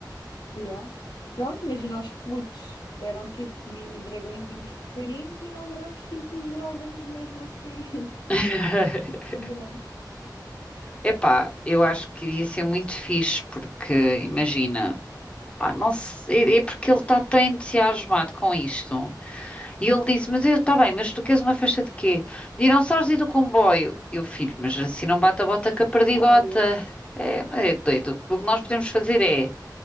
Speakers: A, on the left; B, on the left.
A: Yeah. Pronto, imagina os putos eram tipo mini dragõezinhos pequeninos e nós éramos tipo os dragões mesmo assim, <laughs>
B: <laughs>
A: grandes.
B: Epá, eu acho que iria ser muito fixe, porque imagina, pá, não sei, é é porque ele está tão entusiasmado com isto. E ele disse: Mas eu, está bem, mas tu queres uma festa de quê? De Dinossauros e do comboio. Eu, filho, mas assim não bate a bota
A: Mas
B: com
A: como
B: a perdigota. É, mas é doido. O que nós podemos fazer é